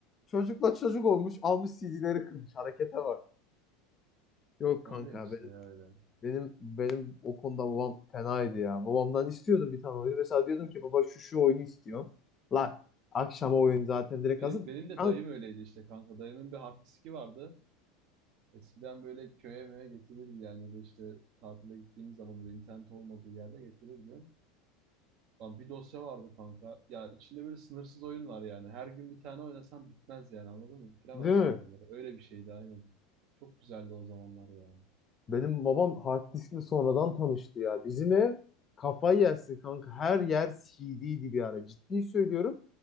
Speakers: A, on the left; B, on the right.
A: Çocukla çocuk olmuş almış CD'leri kırmış. Harekete bak. Yok
B: Oluyor
A: kanka abi.
B: işte ya öyle.
A: Benim benim o konuda babam fenaydı ya. Babamdan istiyordum bir tane oyunu. Mesela diyordum ki baba şu şu oyunu istiyorum. Lan akşama oyun zaten direkt
B: Benim,
A: hazır.
B: benim de
A: Lan,
B: dayım öyleydi işte kanka. Dayımın bir hafifçiki vardı. Eskiden böyle köye möye getirirdi yani. Ya da işte tatile gittiğimiz zaman böyle internet olmadığı yerde getirirdi. Lan bir dosya vardı kanka. Ya içinde böyle sınırsız oyun var yani. Her gün bir tane oynasan bitmez yani anladın mı? Bitiremezsin
A: değil mi?
B: oyunları. Öyle bir şeydi aynen. Çok güzeldi o zamanlar ya.
A: Benim babam hard diskle sonradan tanıştı ya. Bizim ev kafayı yersin kanka. Her yer CD'ydi bir ara. Ciddi söylüyorum.